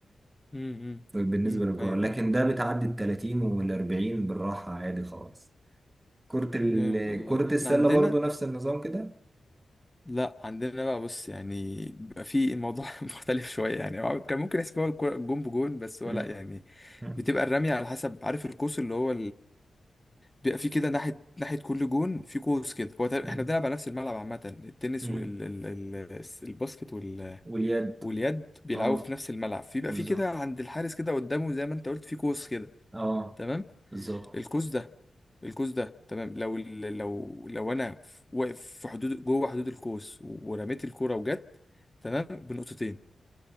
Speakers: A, on the left; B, on the right.
A: امم امم
B: بالنسبة
A: إمم.
B: للكورة
A: ايوه
B: لكن
A: ايوه
B: ده بتعدي ال 30 وال 40 بالراحة عادي خالص كرة ال...
A: جامد والله
B: كرة
A: احنا
B: السلة
A: عندنا
B: برضو نفس النظام كده
A: لا عندنا بقى بص يعني بيبقى في الموضوع <laughs> مختلف شويه يعني هو كان ممكن يحسب هو الكورة- الجون بجون بس هو
B: مم.
A: لا يعني
B: مم.
A: بتبقى الرمية على حسب عارف القوس اللي هو بيبقى في كده ناحية ناحية كل جون في قوس كده هو تق-
B: مم.
A: احنا بنلعب على نفس الملعب عامة التنس
B: مم.
A: والباسكت وال...
B: واليد
A: واليد بيلعبوا
B: اه
A: في نفس الملعب في بقى
B: بالظبط
A: في كده عند الحارس كده قدامه زي ما انت قلت في قوس كده
B: اه
A: تمام
B: بالظبط
A: القوس ده القوس ده تمام لو ال... لو لو انا واقف في حدود جوه حدود القوس ورميت الكرة وجت تمام بنقطتين